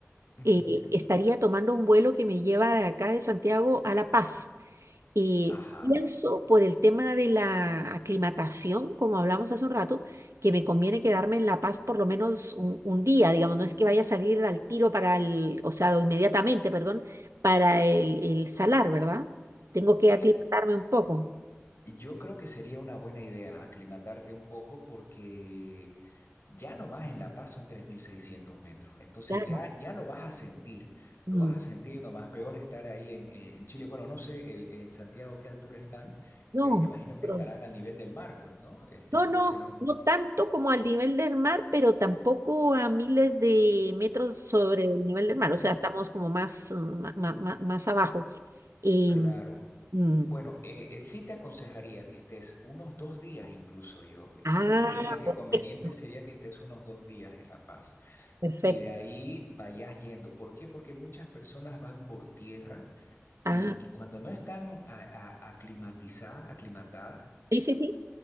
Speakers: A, on the left (about 60°); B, on the right (about 80°).
A: ujú,
B: eh, estaría tomando un vuelo que me lleva de acá de Santiago a La Paz. Y
A: ajá.
B: pienso por el tema de la aclimatación, como hablamos hace un rato, que me conviene quedarme en La Paz por lo menos un, un día, digamos, no es que vaya a salir al tiro para el, o sea, o inmediatamente, perdón, para el, el salar, ¿verdad? Tengo que
A: Sí,
B: aclimatarme un poco,
A: Yo creo que sería una buena idea aclimatarte un poco porque ya nomás en La Paz son 3.600 metros, entonces
B: claro.
A: ya, ya lo vas a sentir,
B: Mm.
A: lo vas a sentir nomás peor estar ahí en, en Chile. Bueno, no sé el- en Santiago qué altura están,
B: No,
A: pero me imagino que
B: bronce.
A: estarán al nivel del mar, pues, ¿no? Este,
B: no,
A: entonces
B: no,
A: no,
B: no tanto como al nivel del mar, pero tampoco a miles de metros sobre el nivel del mar,
A: Mm,
B: o sea, estamos como más, mm, ma- ma- ma- más abajo. Em,
A: Claro.
B: Mm,
A: Bueno, eh, eh, sí te aconsejaría que estés unos dos días incluso yo.
B: Ah,
A: Yo creería que
B: perfecto,
A: conveniente sería que estés unos dos días en La Paz.
B: perfecto.
A: y de ahí vayas yendo. ¿Por qué? Porque muchas personas van por tierra
B: Ah,
A: y, y cuando no están a- a- aclimatizadas, aclimatadas,
B: sí, sí, sí,